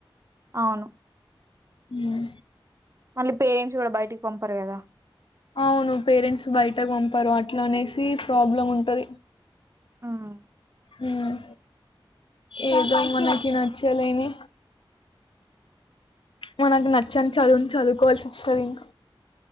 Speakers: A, on the right (about 30°); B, on the left (about 75°).
A: అవును
B: మ్మ్
A: మళ్ళీ పేరెంట్స్ కూడా బయటికి పంపరు కదా
B: అవును పేరెంట్స్ బయటకు పంపారు అట్లా అనేసి ప్రాబ్లం ఉంటది
A: హ్మ్
B: హ్మ్ ఏదో మనకి నచ్చలేని మనకు నచ్చని చదువు చదువుకోవాల్సిస్తది ఇంకా